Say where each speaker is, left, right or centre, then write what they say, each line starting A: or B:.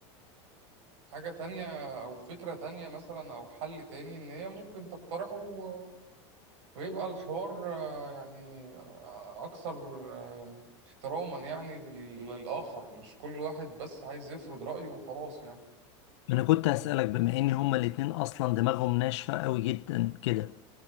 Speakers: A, on the right; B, on the left.
A: حاجة تانية أو فكرة تانية مثلا أو حل تاني إن هي ممكن تقترحه و- ويبقى الحوار آه، يعني آه، أكثر آه، احتراما يعني لل- للآخر مش كل واحد بس عايز يفرض رأيه وخلاص يعني
B: انا كنت هسألك بما ان هما الاتنين اصلا دماغهم ناشفة قوي جدا كده